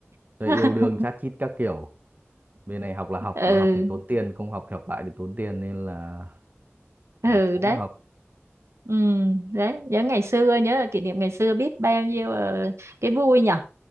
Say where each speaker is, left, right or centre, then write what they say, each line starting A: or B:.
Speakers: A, on the right; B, on the right.
A: rồi
B: <laughs>
A: yêu đương chát chít các kiểu bên này học là học
B: ừ
A: mà học thì tốn tiền không học thì học lại thì tốn tiền nên là, là
B: ừ
A: cố
B: đấy
A: mà học
B: Ừ, đấy, nhớ ngày xưa, nhớ là kỷ niệm ngày xưa biết bao nhiêu ờ, cái vui nhở.